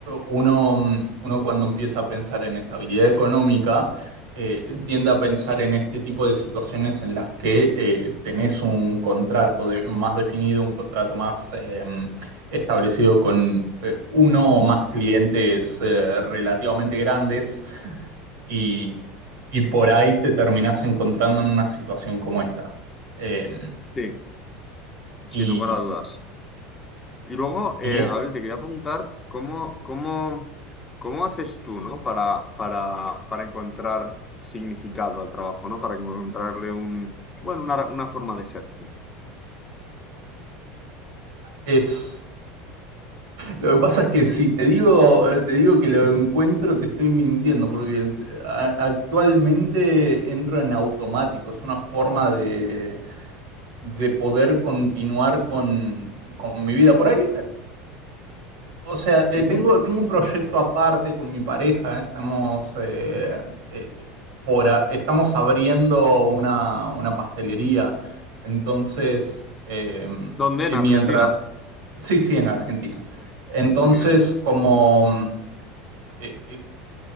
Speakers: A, on the right; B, on the left.
A: uno, mm, uno cuando empieza a pensar en estabilidad económica, eh, tiende a pensar en este tipo de situaciones en las que eh, tenés un contrato de- más definido, un contrato más eh, mm, establecido con eh, uno o más clientes eh, relativamente grandes y, y por ahí te terminás encontrando en una situación como esta. Eh,
B: Sí, sin
A: y,
B: lugar a dudas. Y luego,
A: y
B: eh,
A: es,
B: Gabriel, te quería preguntar cómo, cómo, cómo haces tú, ¿no? Para, para, para encontrar significado al trabajo, ¿no? Para encontrarle un, bueno, una, una forma de ser.
A: es Lo que pasa es que si te digo, te digo que lo encuentro, te estoy mintiendo, porque a- actualmente entro en automático, es una forma de, de poder continuar con, con mi vida. Por ahí, eh, o sea, eh,
B: Ujú.
A: tengo, tengo un proyecto aparte con mi pareja, eh, estamos, eh, eh, por, a- estamos abriendo una, una pastelería, entonces, em,
B: ¿Dónde?
A: eh,
B: En
A: y
B: Argentina.
A: mientras, sí, sí, en Argentina. Entonces,
B: Muy bien.
A: como eh, eh,